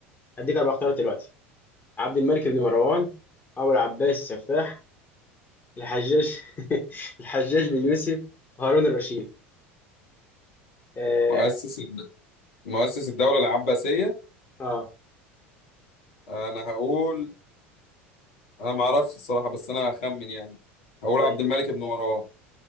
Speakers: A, on the left; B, on the left.
A: هديك اربع اختيارات دلوقتي عبد الملك بن مروان أبو العباس السفاح الحجاج <laughs> الحجاج بن يوسف هارون الرشيد آه,
B: مؤسس الد... مؤسس الدولة العباسية
A: آه
B: انا هقول انا ما اعرفش الصراحة بس انا هخمن يعني هقول
A: طيب
B: عبد الملك بن مروان